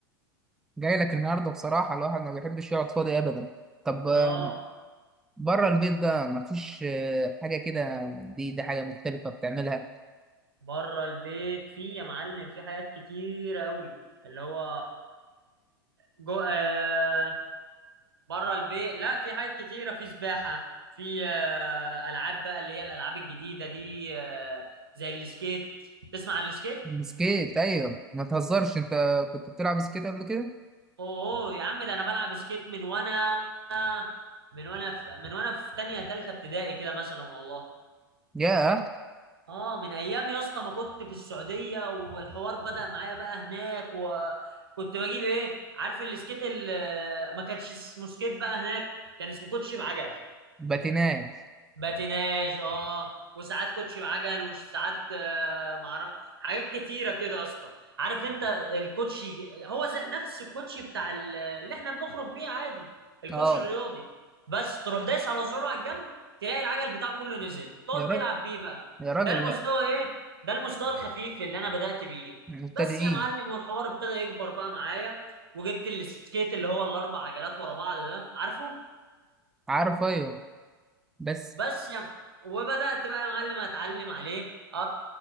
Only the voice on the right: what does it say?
اه
بره البيت في يا معلم في حاجات كتيرة قوي اللي هو جو... آه، بره البيت لا في حاجات كتيره في سباحه في آه، العاب بقى اللي هي الالعاب الجديده دي آه، زي السكيت تسمع عن السكيت
اوه أوه، يا عم ده انا بلعب سكيت من وانا من وانا في من وانا في تانية تالتة ابتدائي كده مثلا والله
اه من ايام يا اسطى ما كنت في السعوديه والحوار بدأ معايا بقى هناك وكنت بجيب ايه عارف السكيت ال- آه، ما كانش اسمه سكيت بقى هناك كان اسمه كوتشي بعجل
باتيناج اه وساعات كوتشي بعجل وساعات آه، معرف حاجات كتيره كده يا اسطى عارف انت الكوتشي هو زي نفس الكوتشي بتاع ال- اللي احنا بنخرج بيه عادي الكوتشي
الرياضي بس تروح دايس على زرار على الجنب تلاقي العجل بتاعه كله نزل تقعد
تلعب بيه بقى
ده المستوى
ايه ده المستوى الخفيف اللي انا بدأت بيه
بس يا معلم والحوار ابتدى يكبر بقى معايا وجبت السكيت اللي هو الاربع عجلات ورا بعض ده عارفه
بس يا م- وبدأت بقى يا معلم اتعلم عليه آه